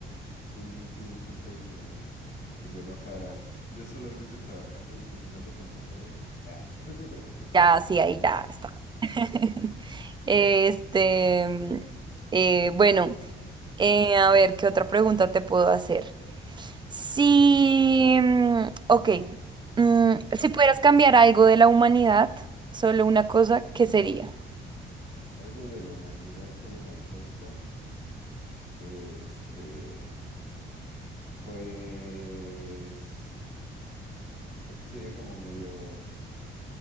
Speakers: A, on the left (about 55°); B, on the right (about 25°).
A: Sí, sí, sí, sí, estaría interesante. Que se enojara. Yo solamente trabajando y tú cenando con Beethoven. Ah. <laughs>
B: Ya, sí, ahí ya está. <laughs> Este, mm, eh, bueno,
A: Okay. ujú,
B: eh, a ver, ¿qué otra pregunta te puedo hacer? Si, mm, ok, mm,
A: ujú.
B: si pudieras cambiar algo de la humanidad, solo una cosa, ¿qué sería?
A: Algo de la humanidad, solo una cosa. Este, pues, pues que sería como medio